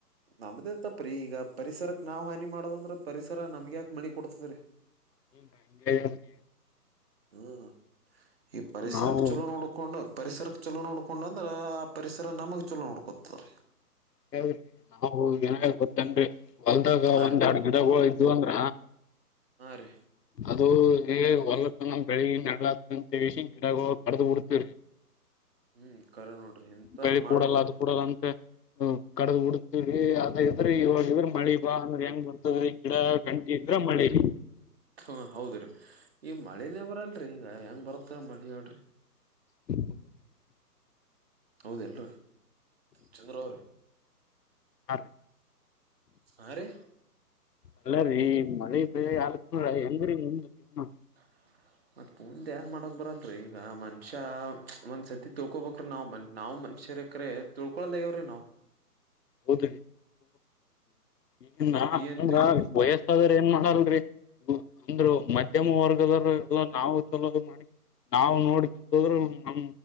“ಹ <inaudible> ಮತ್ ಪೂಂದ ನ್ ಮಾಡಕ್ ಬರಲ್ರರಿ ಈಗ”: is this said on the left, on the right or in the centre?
Right